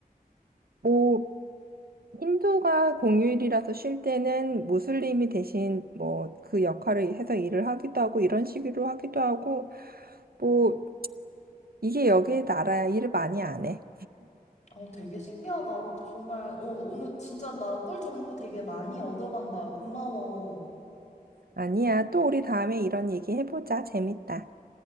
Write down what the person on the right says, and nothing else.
뭐 힌두가 공휴일이라서 쉴 때는 무슬림이 대신 뭐 그 역할을 해서 일을 하기도 하고 이런 식으로 하기도 하고 뭐 이게 여기 나라야 일을 많이 안 해.
아니야. 또 우리 다음에 이런 얘기 해보자. 재밌다.